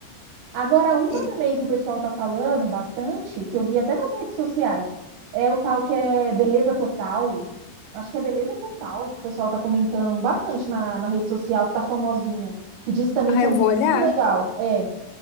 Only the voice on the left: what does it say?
E,
ah,
eu
vou olhar?